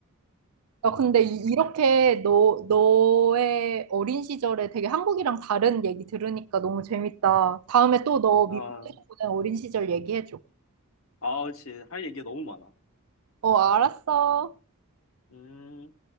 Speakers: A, on the right (about 85°); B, on the left (about 70°).
A: 야, 근데 이, 이렇게 너, 너의 어린 시절에 되게 한국이랑 다른 얘기 들으니까 너무 재밌다. 다음에 또 너 미국에서
B: 아,
A: 보낸 어린 시절 얘기해줘.
B: 아, 그치. 할 얘기가 너무 많아.
A: 어, 알았어.
B: 음,